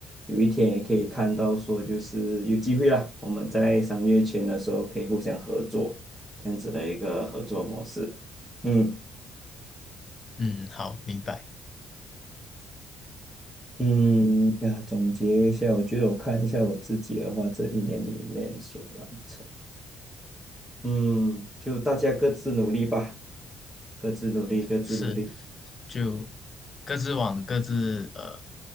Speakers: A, in the centre; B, on the left.
A: 有一天也可以看到说，就是有机会啦，我们在商业圈的时候可以互相合作，这样子的一个合作模式。嗯
B: 嗯，好，明白，
A: 嗯呀，总结一下，我觉得我看一下我自己的话，这一年里面所完成，嗯，就大家各自努力吧，各自努力，各自努力。
B: 是，就各自往各自呃